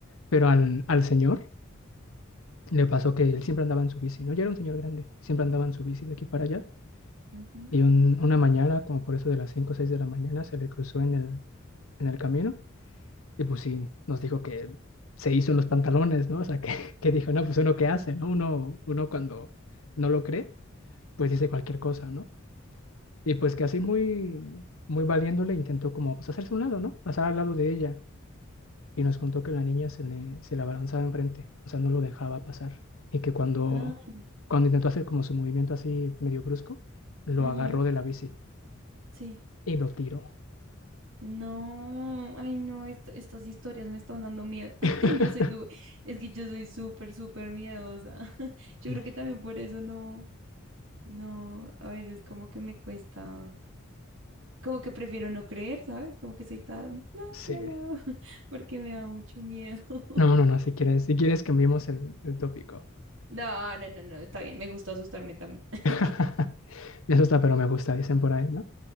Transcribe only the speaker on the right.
Ujú.
Ay,
ujú,
sí.
No, ay, no, esto- estas historias me están dando miedo. <laughs>
Yo soy su- es que yo soy súper, súper miedosa. <laughs> Yo
creo que también por eso no, no, a veces como que me cuesta, como que prefiero no creer, ¿sabes? Como que soy tan, la,
la, la, <laughs> porque me da mucho miedo. <laughs>
No, no, no, no, está bien, me gusta asustarme también. <laughs>